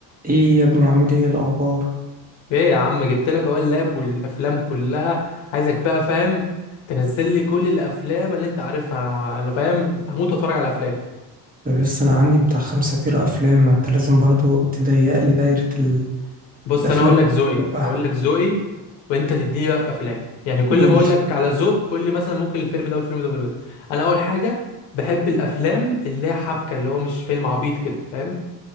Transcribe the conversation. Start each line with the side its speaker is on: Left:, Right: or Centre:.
Right: ايه يا ابني عامل ايه الاخبار
Left: ايه يا عم جبت لك اهو اللاب والافلام كلها عايزك بقى فاهم تنزل لي كل الافلام اللي انت عارفها انا أنا فاهم هموت واتفرج على افلام
Right: طب بس انا عندي بتاع خمسة تيرة افلام ما انت لازم برضو تضيق لي دايرة ال...
Left: بص
Right: الافلام
Left: انا هقول
Right: اللي
Left: لك ذوقي
Right: بحبها
Left: هقول لك ذوقي وانت تديني بقى في افلام يعني كل
Right: قول
Left: ما
Right: لي.
Left: اقول لك على ذوق قول لي مثلا ممكن الفيلم ده والفيلم ده والفيلم ده انا اول حاجه بحب الافلام اللي هي حبكه اللي هو مش فيلم عبيط كده فاهم